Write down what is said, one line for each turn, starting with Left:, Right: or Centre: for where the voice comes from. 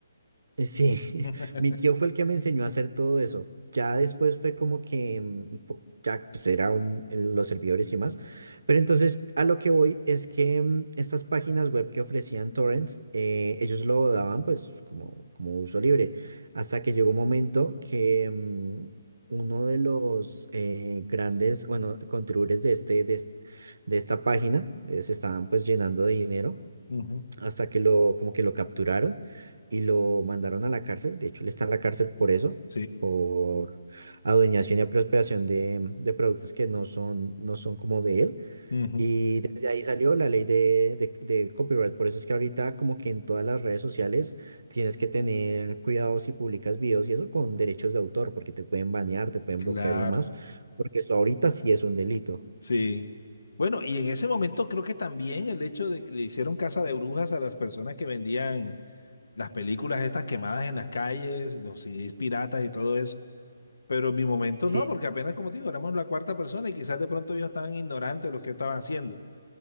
Right: eh, Sí, <laughs>
Left: <laughs>
Right: mi tío fue el que me enseñó a hacer todo eso. Ya después fue como que mm, un po- ya pues era un- en los servidores y demás. Pero entonces a lo que voy es que mm, estas páginas web que ofrecían torrents, eh, ellos lo daban pues como, como uso libre. Hasta que llegó un momento que mm, uno de los eh, grandes, bueno, contribuyentes de este, de, es- de esta página eh, se estaban pues llenando de dinero
Left: Ujú,
Right: hasta que lo, como que lo capturaron y lo mandaron a la cárcel. De hecho, él está en la cárcel por eso,
Left: Sí.
Right: por adueñación y apropiación de, de productos que no son, no son como de él.
Left: ujú,
Right: Y desde ahí salió la ley de, de, de copyright. Por eso es que ahorita como que en todas las redes sociales tienes que tener cuidado si publicas videos y eso con derechos de autor, porque te pueden banear, te pueden
Left: Claro.
Right: bloquear y demás, porque eso ahorita sí es un delito.
Left: Sí. Bueno, y en ese momento creo que también el hecho de que le hicieron casa de brujas a las personas que vendían las películas estas quemadas en las calles, los CDs piratas y todo eso. Pero en mi momento
Right: Sí,
Left: no, porque apenas como te digo, éramos la cuarta persona y quizás de pronto ellos estaban ignorantes de lo que yo estaba haciendo.